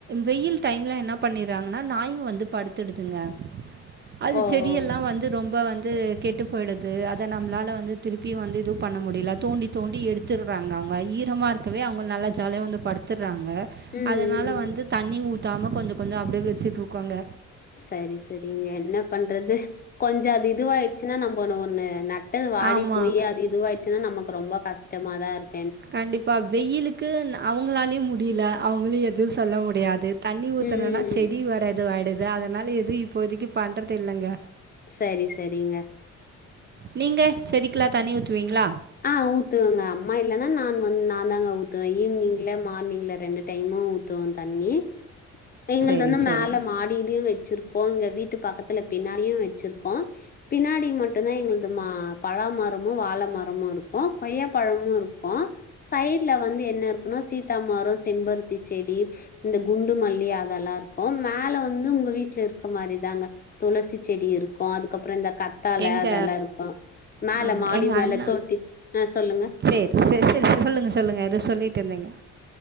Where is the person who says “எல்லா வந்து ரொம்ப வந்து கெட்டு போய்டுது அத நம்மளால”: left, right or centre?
Right